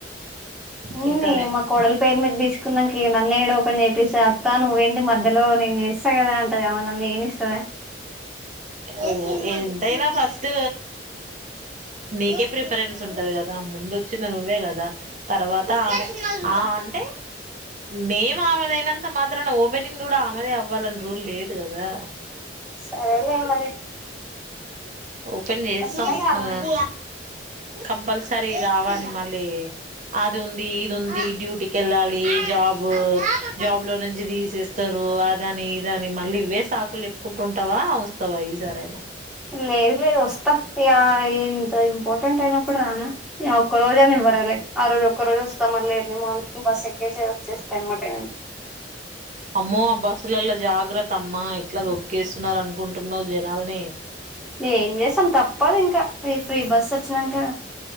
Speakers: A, in the centre; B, on the right.
A: ఊ
B: నీతోనే
A: ఇ మా కోడల్ పేరు మీద తీసుకో కున్నంక ఇగ నన్నయాడ ఓపెన్ చెపిస్త అత్త నువ్వేంటి మధ్యలో నేను చేస్తా కదా అంటది ఆమె అ నన్ను చేయినిస్త స్తదా
B: అది ఎంతైనా ఫస్ట్ నీకే ప్రిఫరెన్స్ ఉంటది కదా ముందు వచ్చినది నువ్వే కదా తర్వాత ఆమె ఆ అంటే మేం ఆమెదయినంత మాత్ర నా ఓపెనింగ్ కూడా ఆమెదే అవ్వ వాళ్ళని రోజులు లేదు కదా
A: సరే లే మరి
B: ఓపెన్ చేస్తాం
A: వస్తాయిగా
B: ఆ
A: రోజు
B: కంపల్సరీ కావాలి మళ్ళీ అది ఉంది ఇది ఉంది డ్యూటీకి వెళ్ళాలి జాబ్ జాబ్ లో నుంచి తీసేస్తారు అదాని ఇదని మళ్ళీ ఇవే సాకులు చెప్పుకుంటు ఉంటదా వస్తాదా ఈ సారి అయి
A: లేదు లేదు వస్తా ఇగ ఇంత ఇంపార్టెంట్ అయినప్పుడు రానా ఒక్క రోజు పరవాలే ఆ రోజు ఒక్క రోజు వస్తా మళ్ళ ఎర్లీ మార్నింగ్ బస్ ఎక్కే చి వచ్చేస్తా అనమాట నేను
B: అమ్మో ఆ బస్సులలో జాగ్రత్త అమ్మా ఎట్ల తోక్కేస్తున్నారు అనుకుంటున్నావు జనాల్ని
A: ఎమ్ చేసాం తప్పదు ఇంకా మీ ఫ్రీ బస్ వచ్చినంకా